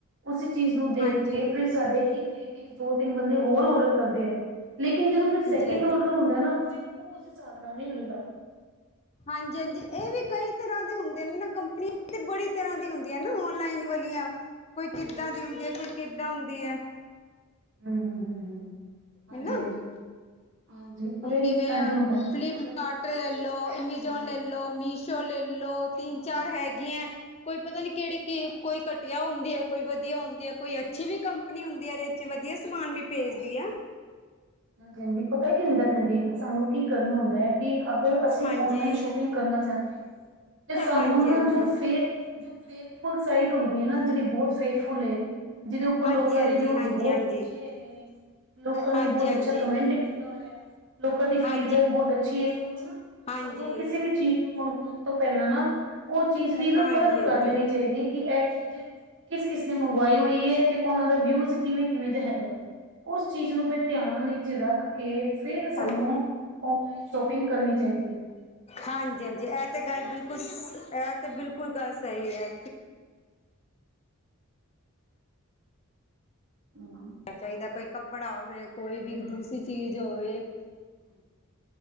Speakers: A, on the right; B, on the left.
A: ਉਸੀ ਚੀਜ਼ ਨੂੰ ਦੇਖ
B: ਹਾਂਜੀ
A: ਕੇ,
B: ਹਾਂਜੀ
A: ਫੇਰ ਸਾਡੇ ਹੀ, ਰਿਲੇਟਿਵ ਦੋ, ਤਿੰਨ ਬੰਦੇ ਹੋਰ ਔਡਰ ਕਰਦੇ ਹੈ। ਲੇਕਿਨ ਜਦੋਂ ਫ ਸੈਕਿੰਡ
B: ਹਾਂਜੀ
A: ਔਡਰ ਹੁੰਦਾ ਨਾ। ਫੇਰ ਉਹ, ਉਸ ਹਿਸਾਬ ਨਾਲ ਨਹੀਂ ਮਿਲਦਾ।
B: ਹਾਂਜੀ- ਹਾਂਜੀ, ਇਹ ਵੀ ਕਈ ਤਰਾਂ ਦੇ ਹੁੰਦੇ ਨੇ ਕੰਪਨੀਆਂ। ਤੇ, ਬੜੀ ਤਰਾਂ ਦੀ ਹੁੰਦੀਆਂ ਨਾ, ਓਨਲਾਈਨ ਵਾਲੀਆਂ। ਕੋਈ ਕਿੱਦਾਂ ਦੀ ਹੁੰਦੀ ਹੈ। ਕੋਈ ਕਿੱਦਾਂ ਹੁੰਦੀ ਹੈ।
A: ਹੂੰ- ਹੂੰ, ਹੂੰ -ਹੂੰ, ਹਾਂਜੀ
B: ਹਨਾ
A: -ਹਾਂਜੀ। ਹਾਂਜੀ
B: ਹੁਣ
A: ਅਰੇ
B: ਕਿਵੇਂ ਆ।
A: ਇੰਝ ਹੁੰਦਾ ਨਾ
B: ਫਲਿਪਕਾਰਟ
A: ਜਿਵੇਂ
B: ਲੈਲੋ, ਅਮਾਜੋਨ
A: ਹਾਂ
B: ਲੈਲੋ, ਮੀਸ਼ੋ ਲੈ ਲੈਲੋ
A: ਹਾਂ।
B: ਤਿੰਨ, ਚਾਰ ਹੈਗੀਆਂ। ਕੋਈ ਪਤਾ ਨੀ ਕਿਹੜੀ, ਕਿ ਕੋਈ ਘਟੀਆ ਹੁੰਦੀ ਹੈ। ਕੋਈ ਵਧੀਆ ਹੁੰਦੀ ਆ। ਕੋਈ ਅੱਛੀ ਵੀ, ਕੰਪਨੀ ਹੁੰਦੀ ਆ। ਵਿੱਚ ਵਧੀਆ ਸਮਾਨ ਵੀ, ਭੇਜਦੀ ਆ।
A: ਹਾ ਕਹਿੰਦੀ। ਪਤਾ ਕੀ ਹੁੰਦਾ। ਭੈਣ ਜੀ, ਸਾਨੂੰ ਕੀ ਕਰਨਾ ਹੁੰਦਾ ਹੈ। ਕਿ ਅਗਰ ਅਸੀਂ
B: ਹਾਂਜੀ,
A: ਓਨਲਾਈਨ ਸ਼ੋਪਿੰਗ ਕਰਨਾ ਚਾਹੁੰਦੇ ਹਾਂ। ਤੇ ਸਾਨੂੰ
B: ਹਾਂਜੀ-ਹਾਂਜੀ।
A: ਨਾ, ਜੋ ਫੇਥ, ਫੈਥਫੁੱਲ ਸਾਈਟ ਹੁੰਦੀ ਹੈ। ਨਾ ਜਿਹੜੀ ਬਹੁਤ। ਫੈਥਫੁੱਲ ਏ। ਜਿਹਦੇ ਉੱਪਰ
B: ਹਾਂਜੀ-ਹਾਂਜੀ,
A: ਲੋਕਾਂ ਦੇ ਵਿਊਜ਼
B: ਹਾਂਜੀ-ਹਾਂਜੀ,
A: ਬਹੁਤ ਅੱਛੇ, ਹੈਗੇ ਨੇ। ਲੋਕਾਂ ਨੇ,
B: ਹਾਂਜੀ-ਹਾਂਜੀ,
A: ਬਹੁਤ ਅੱਛੀ। ਅੱਛਾ, ਕਮੈਂਟ ਕੀਤਾ ਹੋਇਆ ਹੈ। ਲੋਕਾਂ ਦੀ ਫੀਡਬੈਕ
B: ਹਾਂਜੀ।
A: ਬਹੁਤ ਅੱਛੀ ਹੈ। ਸਾਨੂੰ ਨਾ,
B: ਹਾਂਜੀ,
A: ਸਾਨੂੰ ਕਿਸੇ ਵੀ ਚੀਜ਼ ਨੂੰ, ਮੰਗਵਾਉਣ ਤੋਂ ਪਹਿਲਾਂ ਨਾ। ਉਹ ਚੀਜ਼ ਦੀ ਨਾ,
B: ਹਾਂਜੀ-ਹਾਂਜੀ।
A: ਪਰਖ ਕਰ ਲੈਣੀ ਚਾਹੀਦੀ ਏ। ਕਿ ਇਹ ਚੀਜ਼ ਕਿਸ- ਕਿਸ। ਨੇ ਮੰਗਵਾਈ ਹੋਈ ਹੈ। ਤੇ, ਉਹਨਾਂ ਦਾ ਵਿਊਜ ਕਿਵੇਂ- ਕਿਵੇਂ, ਦੇ ਹੈਗਾ ਨੇ, ਉਸ ਚੀਜ਼ ਨੂੰ ਫੇਰ ਧਿਆਨ। ਵਿੱਚ, ਰੱਖ ਕੇ। ਫਿਰ ਸਾਨੂੰ
B: ਹੈਲੋ,
A: ਓਨਲਾਈਨ ਸ਼ੋਪਿੰਗ ਕਰਨੀ ਚਾਹੀਦੀ ਹੈ।
B: ਹਾਂਜੀ-ਹਾਂਜੀ ਇਹ ਤੇ ਗੱਲ ਬਿਲਕੁਲ ਇਹ ਤੇ ਬਿਲਕੁਲ ਗੱਲ ਸਹੀ ਹੈ।
A: ਹਮ
B: ਚਾਹੀਦਾ ਕੋਈ ਕੱਪੜਾ ਹੋਵੇ ਕੋਈ ਵੀ ਦੂਸਰੀ ਚੀਜ਼
A: ਹਾਂਜੀ
B: ਹੋਵੇ।
A: ਹਾਂਜੀ ਹਾਂਜੀ ਹਾਂਜੀ